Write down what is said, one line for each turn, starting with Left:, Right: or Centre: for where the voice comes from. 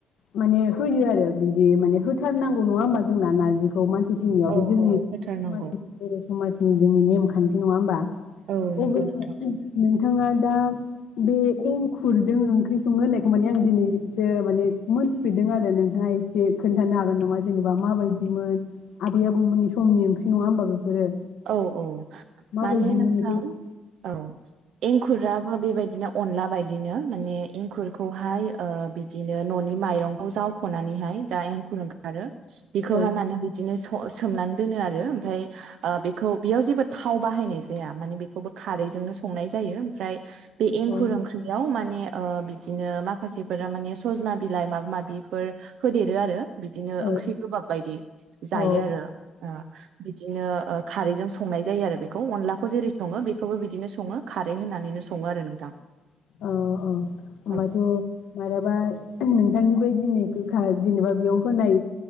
Left: माने होयो आरो बिदि माने होथारनांगौ नङा होमबा जोंना नारजि मानसि थैनियाव
Right: औ
Left: बे जोंनि
Right: औ होथारनांगौ
Left: समाजनि बर' समाजनि जोंनि नेमखान्थि नङा होमबा
Right: औ नंगौ
Left: अबो
Right: नोंथां
Left: <inaudible> बिथाङा दा बे एंखुरजों ओंख्रि सङो होननायखौ माने आं दिनैसो माने मोनथिफेरदों आरो नोंथाङा एसे खोन्थानो हागोन नामा जेनेबा माबायदिमोन आबै आबौमोननि समनि ओंख्रि नङा होमबा बेफोरो
Right: औ औ
Left: माबायदिमोन
Right: माने नोंथां
Left: बेखौ
Right: औ एंखुराबो बेबायदिनो अनला बायदिनो माने एंखुरखौहाय बिदिनो न'नि माइरंखौ जावख'नानैहाय जा एंखुर ओंखारो बेखौहाय
Left: औ
Right: माने बिदिनो सोमनानै दोनो आरो ओमफ्राय बेखौ बेयाव जेबो थाव बाहायनाय जाया मानिे बेखौबो खारैजोंनो संनाय जायो ओमफ्राय बे एंखुर
Left: अ
Right: ओंख्रियाव माने बिदिनो माखासेफोरा माने सजना बिलाइ माबा माबिफोर होदेरो आरो बिदिनो
Left: औ
Right: ओंख्रि गोबाब बायदि जायो
Left: औ
Right: आरो बिदिनो खारैजों संनाय जायो आरो अनलाखौ जेरै संओ खौबो बिदिनो सङो खार खारै होनानैनो सङो आरो नोंथां
Left: औ औ होनोमबाथ'
Right: औ
Left: माबलाबा नों बिथांनिफ्राय दिनै गोखा जेनेबा बेयाव होनाय